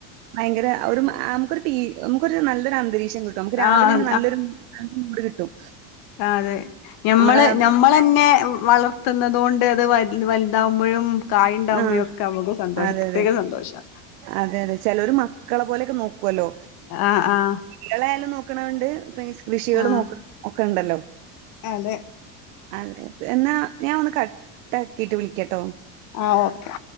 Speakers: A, on the right; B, on the left.
A: ഭയങ്കര ഒരു മാ അം ഒരു പി നമുക്കൊരു നല്ലൊരു അന്തരീക്ഷം കിട്ടും. നമുക്ക് രാവിലെന്നെ
B: ആഹ്
A: നല്ലൊരു <inaudible> മൂട് കിട്ടും.
B: അഹ് അതെ ഞമ്മള്
A: നമ്മളെ
B: ഞമ്മ തന്നെ വ വളർത്തുന്നത് കൊണ്ട് അത് വൽ വൽതാവുമ്പഴും കായ്ണ്ടാവുമ്പഴൊക്കെ
A: ആഹ്
B: നമ്മക്കും സന്തോഷം
A: അതെ
B: പ്രത്യേക
A: അതെ
B: സന്തോഷാ
A: അതെ അതെ ചെലോര് മക്കളെ പോലെയൊക്കെ നോക്കുവല്ലോ
B: ആഹ് ആഹ്
A: ക്കെളയായാലും നോക്കണണ്ട് പി കൃഷികളും
B: ആഹ്
A: നോക്ക ഒക്കെ ഇണ്ടല്ലോ
B: അതെ
A: ആഹ് ഇൻ എന്നാ ഞാൻ ഒന്ന് കട്ടാക്കീട്ട് വിളിക്കാട്ടോ
B: ആഹ് ഓക്കെ